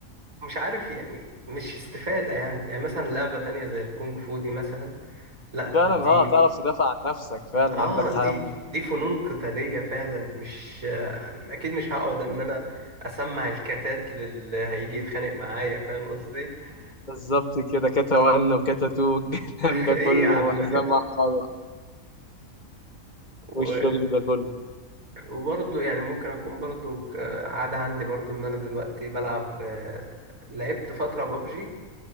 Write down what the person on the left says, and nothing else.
فعلا اه
تعرف تدافع عن نفسك فعلا
عندك
حق أمال.
بالظبط كده كاتا 1 وكاتا 2 الكلام
ده كله
وحزام
احمر
والشغل ده كله